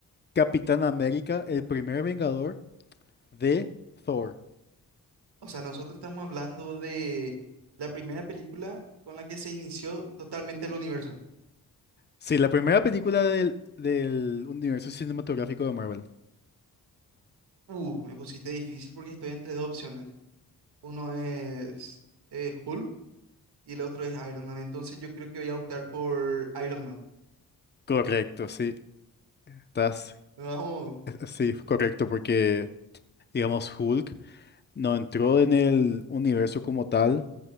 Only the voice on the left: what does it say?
Capitán América, el primer Vengador. D. Thor.
Sí, la primera película del, del universo cinematográfico de Marvel.
Correcto, sí. Estás,
eh, sí, correcto, porque, digamos, Hulk no entró en el universo como tal